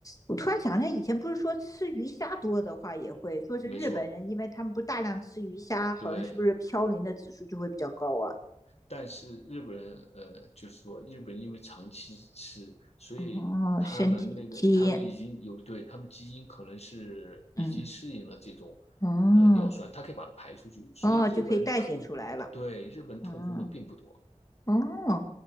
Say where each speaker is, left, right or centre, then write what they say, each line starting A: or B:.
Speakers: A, on the left; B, on the left.
A: 我突然想起来，以前不是说吃鱼虾多的话也会说是日本人，
B: 没错，
A: 因为他们不大量吃鱼虾，好像是不是嘌呤的指数就会比较高啊？
B: 对。但是日本人，呃，就是说日本人因为长期吃，所以他们那个他们已经有对他们基因可能是已经适应了这种
A: 哦，身体基因，嗯，哦
B: 呃尿酸，它可以把它排出去，所以日本人痛，
A: 哦，就可以代谢出来了，
B: 对，日本痛风的并不多，
A: 嗯。哦，